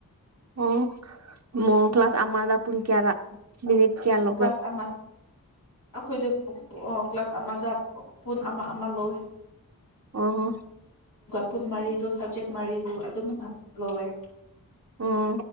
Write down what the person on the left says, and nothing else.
ꯀ꯭ꯂꯥꯁ ꯑ ꯑꯩꯈꯣꯏꯗ ꯀ꯭ꯂꯥꯁ ꯑꯃꯗ ꯄꯨꯟ ꯑꯃ ꯑꯃ ꯂꯧꯋ
ꯀꯨꯟ ꯃꯔꯤꯗꯨ ꯁꯕꯖꯦꯛ ꯃꯔꯤꯗꯨ ꯑꯗꯨꯝꯅ ꯂꯧꯋꯦ